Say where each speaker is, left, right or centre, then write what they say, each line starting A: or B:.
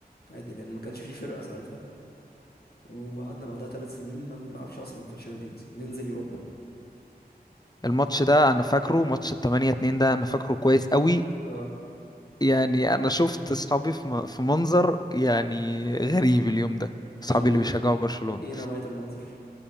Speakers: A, on the left; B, on the left.
A: عادي لان ما كانش في فرقه ساعتها وقعدنا بعدها ثلاث سنين ما بنلعبش اصلا في الشامبيونز ننزل يوروبا
B: الماتش ده انا فاكره ماتش ال 8 2 ده انا فاكره كويس قوي
A: اه
B: يعني انا شفت اصحابي في م- في منظر يعني غريب اليوم ده اصحابي
A: ايه الم...
B: اللي
A: ايه,
B: بيشجعوا
A: إيه
B: برشلونة
A: إيه نوعيه المنظر